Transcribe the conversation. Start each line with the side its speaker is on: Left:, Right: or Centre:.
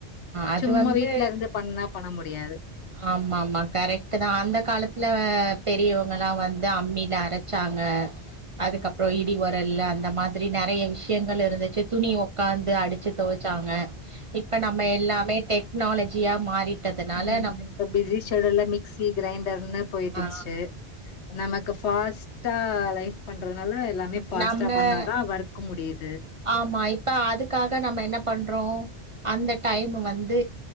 Right: அது
Left: சும்மா
Right: வந்து
Left: வீட்ல இருந்து பண்ணா பண்ண மு முடியாது
Right: ஆமாமா கரெக்டுதா அந்த காலத்துல பெரியவங்கலா வந்து அம்மில அரைச்சாங்க அதுக்கப்புற இடி உரல்ல அந்த மாதிரி நெறைய விஷயங்கள் இருந்துச்சு துணி உக்காந்து அடிச்சு தொவச்சாங்க இப்ப நம்ம எல்லாமே டெக்னாலஜியா மாறி ட்டதனால
Left: ம் இப்ப பிஸி ஷெட்யுல்ல மிக்சி கிரைண்டர்னு போயிடுச்சு
Right: ஆ
Left: நமக்கு ஃபாஸ்ட் டா லைஃப்ன்றது அதனால எல்லாமே‌ ஃபாஸ்டா
Right: நம்ம
Left: பண்ணாதா வர்க் முடியுது
Right: ஆமா இப்ப அதுக்காக நம்ம என்ன பண்றோ கு அந்த டைம் வந்து